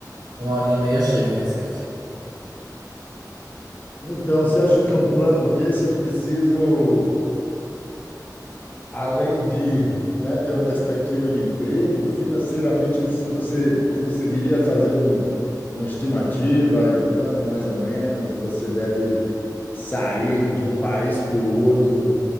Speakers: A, on the right; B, on the left.
A: uma horinha e meia chega em Recife.
B: Então, você acha que um plano desse eu preciso, além de, né, ter uma perspectiva de emprego, financeiramente, assim, você conseguiria fazer um, uma estimativa de quanto mais ou menos você deve sair de um país para o outro?